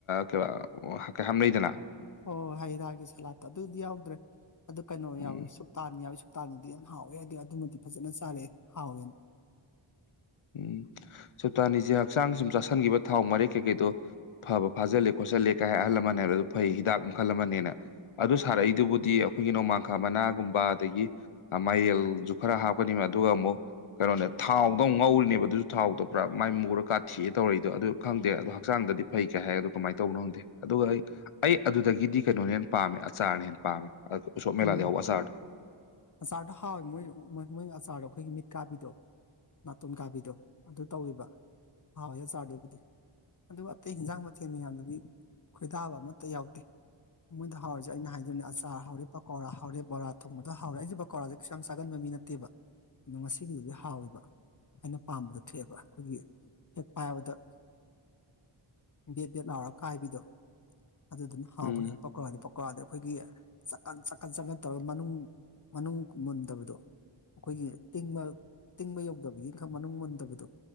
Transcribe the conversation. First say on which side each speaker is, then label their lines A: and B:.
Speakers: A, on the left; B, on the left.
A: ꯀ ꯀꯩꯌꯥꯝꯝ ꯂꯩꯗꯅ
B: ꯍꯣꯏꯣꯏ ꯍꯩ ꯔꯥꯒꯤ ꯁꯂꯥꯠꯇꯣ ꯑꯗꯨꯗꯤ ꯌꯥꯎꯗ꯭ꯔꯦ ꯑꯗꯨ ꯀꯩꯅꯣ
A: ꯎꯝ
B: ꯌꯥꯎꯏꯤ ꯁꯨꯛꯇꯥꯟ ꯌꯥꯎꯏꯨ ꯞ ꯇꯥꯗꯗꯤ ꯌꯥꯝ ꯍꯥꯎꯋꯦ ꯍꯥꯏꯗꯤ ꯑꯗꯨꯃꯗꯤ ꯐꯖꯅ ꯆꯥꯔꯛꯑꯦ ꯍꯥꯎꯋꯦꯅ
A: ꯎꯝ ꯁꯞꯇꯥꯅꯤꯁꯦ ꯍꯛꯆꯥꯡ ꯁꯨꯝ ꯆꯥꯥꯁꯟꯈꯤꯕ ꯊꯥꯎ ꯃꯔꯤꯩ ꯀꯩꯀꯩꯗꯣ ꯐꯥꯜꯜꯂꯤꯦ ꯈꯣꯠꯆꯜꯜꯂꯤꯦ ꯀꯩ ꯍꯥꯏ ꯑꯍꯜ ꯂꯃꯟ ꯍꯥꯏ ꯑꯗꯨ ꯐꯩ ꯍꯤꯗꯥꯛ ꯃꯈꯜ ꯑꯃꯅꯦꯅ ꯑꯗꯨ ꯁꯥꯔꯛꯏꯗꯨꯕꯨꯗꯤ ꯑꯩꯈꯣꯏꯒꯤ ꯅꯣꯡꯃꯥꯡꯈꯥ ꯃꯅꯥꯒꯨꯝꯕ ꯑꯗꯒꯤ ꯃꯌꯦꯜꯁꯨ ꯈꯔ ꯍꯥꯞꯀꯅꯤꯕ ꯑꯗꯨꯒ ꯑꯃꯨꯛ ꯀꯩꯅꯣꯅꯦ ꯊꯥꯎꯗ ꯑꯃꯨꯛ ꯉꯧꯔꯤ ꯅꯦꯕ ꯑꯗꯨꯁꯨ ꯊꯥꯎꯗꯕ꯭ꯔ ꯃꯨꯔꯥꯊꯤꯑ ꯇꯧꯔꯤꯏꯗꯣ ꯑꯗꯨ ꯈꯪꯗꯦ ꯑꯗ ꯍꯛꯆꯥꯡꯗꯤ ꯐꯩ ꯍꯥꯏꯒꯗꯣ ꯀꯃꯥꯏꯅ ꯇꯧꯕꯅꯣ ꯈꯪꯗꯦ ꯑꯗꯨꯒ ꯑꯩ ꯑꯩ ꯑꯗꯨꯗꯒꯤꯗꯤ ꯀꯩꯅꯣꯅ ꯍꯦꯟꯅ ꯄꯥꯝꯃꯦ ꯑꯆꯥꯔꯅ ꯍꯦꯟꯅ ꯄꯥꯝꯃꯦ ꯎꯁꯣꯞ ꯃꯦꯂꯥꯗ
B: ꯎꯝ
A: ꯌꯥꯎꯕ ꯑꯆꯥꯔꯗꯣ
B: ꯑꯆꯥꯔꯗꯣ ꯍꯥꯎꯋꯦ ꯃꯣꯏ ꯃꯣꯏ ꯑꯆꯥꯔꯗꯣ ꯑꯩꯈꯣꯏꯒꯤ ꯀꯥꯕꯤꯗꯣ ꯅꯥꯇꯣꯟ ꯀꯥꯕꯤꯗꯣ ꯑꯗꯨ ꯇꯧꯋꯕ ꯍꯥꯎꯋꯦ ꯆꯥꯔꯗꯨꯕꯨꯗꯤ ꯑꯗꯨꯒ ꯑꯇꯩ ꯍꯟꯖꯥꯡ ꯃꯊꯦꯜ ꯃꯌꯥꯝꯗꯗꯤ ꯈꯣꯏꯗꯥꯕ ꯑꯃꯠꯇ ꯌꯥꯎꯗꯦ ꯃꯣꯏꯗ ꯍꯧꯥꯎꯔꯤꯁꯦ ꯑꯩꯅ ꯍꯥꯏꯗꯣꯏꯅꯦ ꯑꯆꯥꯔ ꯍꯔꯦ ꯄꯀꯧꯥ ꯍꯧꯔꯦ ꯕꯣꯔꯥ ꯊꯣꯡꯕꯗ ꯍꯧꯔꯦ ꯑꯩꯁꯦ ꯄꯀꯧꯥꯁꯦ ꯀꯩꯁꯨ ꯌꯥꯝ ꯆꯥꯒꯕ ꯃꯤ ꯅꯠꯇꯦꯕ ꯑꯗꯣ ꯉꯁꯤꯒꯤꯗꯨꯗꯤ ꯍꯥꯎꯋꯕ ꯑꯩꯅ ꯄꯥꯝꯕꯗ ꯊꯣꯛꯑꯦꯕ ꯑꯩꯈꯣꯏꯒꯤ ꯍꯦꯛ ꯄꯥꯏꯕꯗ ꯕꯦꯠ ꯕꯦꯠ ꯂꯥꯎꯔꯒ ꯀꯥꯏꯕꯤꯗꯣ ꯑꯗꯨꯗꯨꯅ ꯍꯥꯎꯕꯅꯦꯅ
A: ꯎꯝ
B: ꯄꯀꯣꯔꯥꯗꯤ ꯄꯀꯣꯔꯥꯗꯤ ꯑꯩꯈꯣꯏꯒꯤ ꯆꯈꯠ ꯆꯈꯠ ꯇꯧꯔꯒ ꯃꯅꯨꯡ ꯃꯅꯨꯡ ꯃꯨꯟꯗꯕꯗꯣ ꯑꯩꯈꯣꯏꯒꯤ ꯇꯤꯡꯕ ꯇꯤꯡꯕ ꯌꯧꯗꯕꯒꯤ ꯏꯪꯈꯥꯡ ꯃꯅꯨꯡ ꯃꯨꯟꯗꯕꯗꯣ